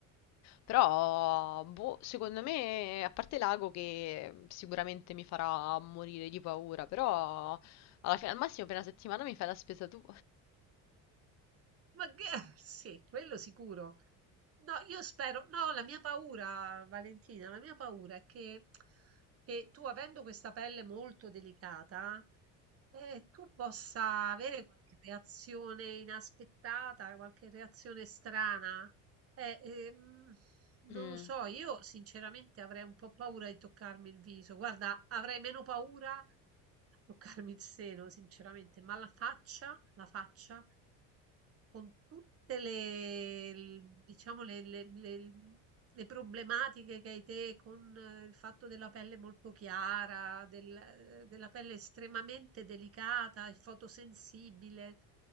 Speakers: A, on the left; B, on the right.
A: però boh, secondo me, a parte l'ago che sicuramente mi farà morire di paura, però alla fine, al massimo per una settimana mi fai la spesa tu.
B: Ma che <laughs> sì, quello sicuro. No, io spero, no, la mia paura, Valentina, la mia paura è che, che tu, avendo questa pelle molto delicata, eh, tu possa avere qualche reazione inaspettata, qualche reazione strana. Eh, ehm, non
A: Mm.
B: lo so, io sinceramente avrei un po' paura di toccarmi il viso. Guarda, avrei meno paura a toccarmi il seno, sinceramente, ma la faccia, la faccia con tutte le, il- diciamo, le, le- le- le problematiche che hai te con eh, il fatto della pelle molto chiara, del- eh, della pelle estremamente delicata e fotosensibile.